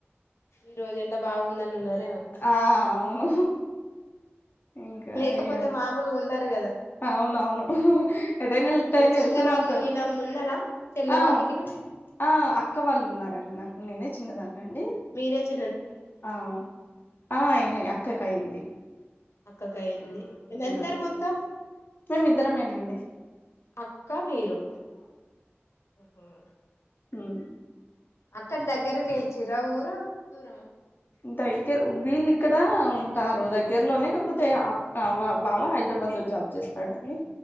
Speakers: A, on the left; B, on the left.
A: ఈ రోజు ఎండ బాగుందని ఉన్నారు
B: ఆ అవును ఇంకా
A: లేకపోతే
B: ఇ
A: మామూలుగా ఉండరు కదా
B: అవునవును ఎటైనా వెళ్తే
A: మీ చెల్లె
B: వెళ్తూనే
A: వాళ్ళు
B: ఉంటాను
A: ఈయన ఉన్నారా చెల్లె
B: ఆ
A: వాళ్ళకినా
B: ఆ అక్క వాళ్ళు ఉన్నారండి నాకు నేనే చిన్నదాన్నండి
A: మీరే చి
B: ఆ ఆ అయినాయి అక్కకి అయింది
A: అక్కకి అయింది మ ఎందరు
B: అవును
A: మొత్తం
B: మేమిద్దరమేనండి
A: అక్క మీరు మ్మ్
B: హ్మ్మ్
A: అక్కడి దగ్గరికే ఇచ్చిరా ఊరు దూరమా
B: దగ్గర ఉబెలి ఇక్కడ ఉంటారు దగ్గరలోనే కాకపోతే అ బాబా బావ హైదరాబాద్ లో జాబ్ చేస్తాడండి